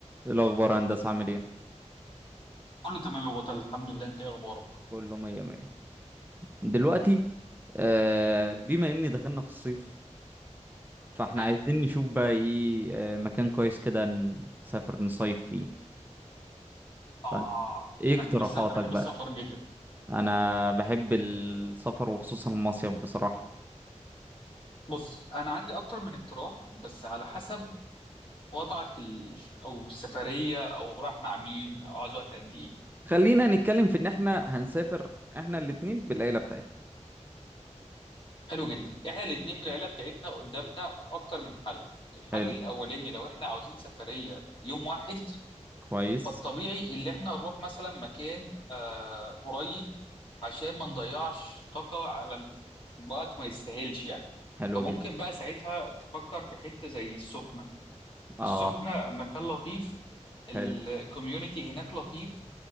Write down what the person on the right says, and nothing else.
إيه الأخبار يا هندسة عامل ايه؟
بقول له مية مية دلوقتي آه بما إني دخلنا في الصيف فاحنا
عايزين نشوف بقى ايه آه مكان كويس كده نسافر نصيف فيه
فأنت ايه
اقتراحاتك
بقى؟
أنا بحب السفر وخصوصا المصيف بصراحة
خلينا نتكلم في إن احنا هنسافر احنا الاتنين بالعيلة بتاعتنا
حلو
كويس
حلو
جدا
اه
حلو